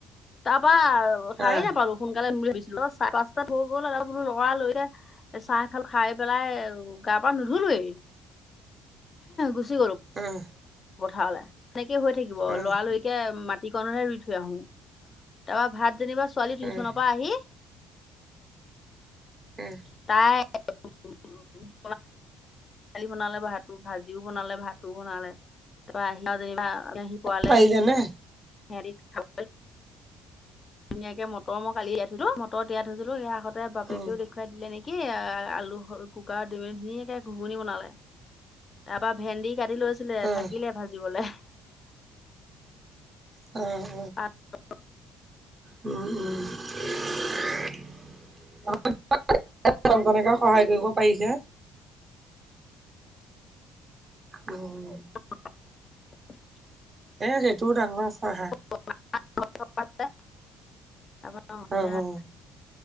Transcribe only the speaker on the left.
তাৰপা শাৰী
নাপালো সোনকালে <unintelligible> ভাবিছিলো অ চাৰে পাঁচটাত হৈ গল লৰা লৰিকে চাহ খাল খাই পেলাই গা-পা নুধুলোৱেই গুচি গলো।
পথাৰলৈ সেনেকে হৈ থাকিব
লৰালৰিকে মাত <unintelligible> ৰুই থৈ আহো। তাৰপৰা ভাত যেনিবা ছোৱালী
টিউচনৰ পৰা আহি
তাই <unintelligible> <unintelligible> বনালে ভাত ভাজিও বনালে ভাতো বনালে তাৰপৰা আহি যেনিবা <unintelligible> পোৱালে
<unintelligible> ধুনীয়াকে মটৰ মই কালিয়ে থৈছিলো মটৰত তিয়াই থৈছিলো সেয়া আহতে বাপেও
দেখ <unintelligible> দিলে নেকি আলু <unintelligible> ধুনীয়াকে ঘুগুনি বনালে তাৰ পৰা ভেন্দি কাটি লৈছিলে
থাকিলে ভাজিবলে।
<inaudible>
<unintelligible>
<unintelligible>